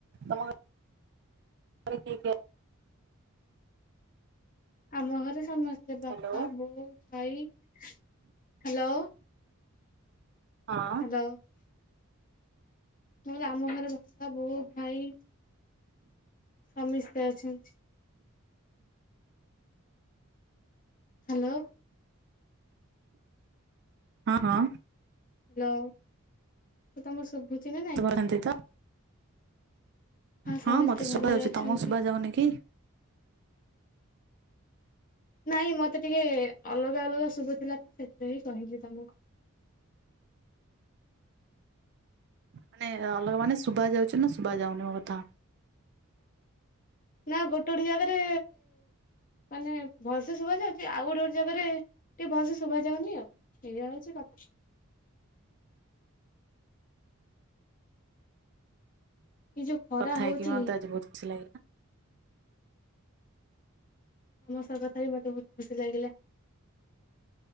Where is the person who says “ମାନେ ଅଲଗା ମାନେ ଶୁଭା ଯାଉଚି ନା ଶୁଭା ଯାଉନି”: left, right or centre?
Right